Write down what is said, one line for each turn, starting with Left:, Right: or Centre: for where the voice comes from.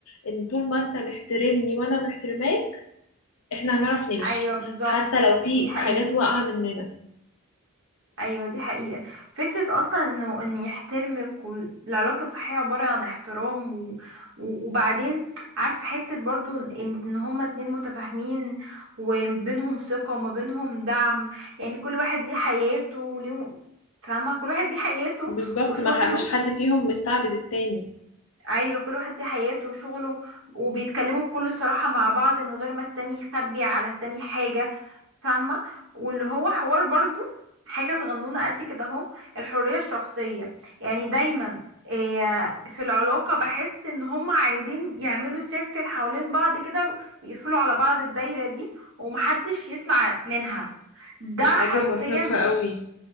Left: ان طول ما انت محترمني وانا محترماك احنا هنعرف نمشي
Right: ايوه بالظبط
Left: حتى لو في
Right: دي حقيقة
Left: حاجات واقعة مننا
Right: ايوه دي حقيقة فكرة اصلا انه ان يحترمك والعلاقة الصحية عبارة عن احترام و... و... وبعدين عارف حتة برضو ان ان هما اتنين متفاهمين وما بينهم ثقة وما بينهم دعم يعني كل واحد ليه حياته وليه فاهمة كل واحد ليه حياته
Left: بالظبط
Right: وشغله
Left: ما ح- مش حد فيهم مستعبد التاني
Right: ايوه كل واحد ليه حياته وشغله وبيتكلموا بكل صراحة مع بعض من غير ما التاني يخبي على التاني حاجة فاهمة واللي هو حوار برضو حاجة صغنونة قد كده اهو الحرية الشخصية يعني دايما إيه، في العلاقة بحس ان هم عايزين يعملوا سيركل حوالين بعض كده ويقفلوا على بعض الدايرة دي ومحدش يطلع منها ده
Left: دي
Right: حرفيا
Left: حاجة مرهقة قوي